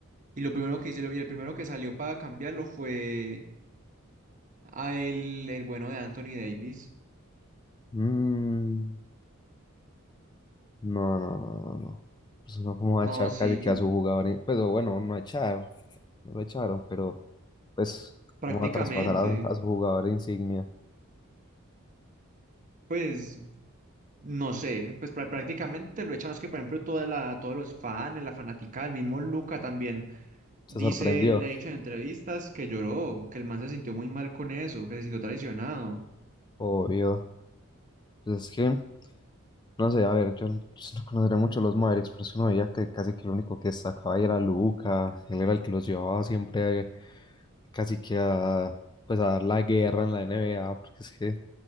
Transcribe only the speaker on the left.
Mm, no, no, no, no, no. Pues uno como va
a echar
casi que a su jugador. in- Pues o bueno, no a echar, no lo echaron, pero pues
cómo va a traspasar a, a su jugador insignia.
Se sorprendió,
obvio. Pues es que... No sé, a ver, yo no yo no conoceré mucho los Mavericks, pero es que uno veía que casi que el único que destacaba ahí era Luca, él era el que los llevaba siempre eh, casi que a, pues a dar la guerra en la NBA, porque es que, de